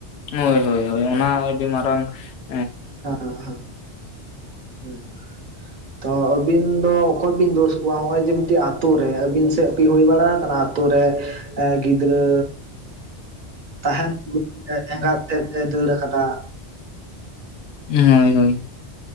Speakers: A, on the left; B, on the right.
A: ᱦᱳᱭ, ᱦᱳᱭ, ᱦᱳᱭ, ᱚᱱᱟ ᱟᱹᱰᱤ ᱢᱟᱨᱟᱝ ᱾
B: ᱦᱮᱸ, ᱦᱮᱸ, ᱦᱮᱸ, ᱛᱚ ᱟᱹᱵᱤᱱ ᱫᱚ ᱚᱠᱚᱭ ᱵᱤᱱ ᱫᱳᱥ ᱠᱚᱣᱟ, ᱱᱚᱜᱼᱚᱭ ᱡᱮ ᱢᱤᱫᱴᱮᱡ ᱟᱛᱳ ᱨᱮ ᱟᱹᱵᱤᱱ ᱥᱮᱫ ᱵᱤᱱ ᱦᱩᱭ ᱵᱟᱲᱟ ᱟᱠᱟᱱᱟ ᱟᱛᱩ ᱨᱮ? ᱜᱤᱫᱽᱨᱟᱹ ᱛᱟᱦᱮᱱ ᱛᱮ ᱮᱸᱜᱟᱛ ᱛᱮᱫ ᱮ ᱫᱟᱹᱲ ᱟᱠᱟᱫᱟ ᱾
A: ᱦᱳᱭ ᱦᱳᱭ ᱾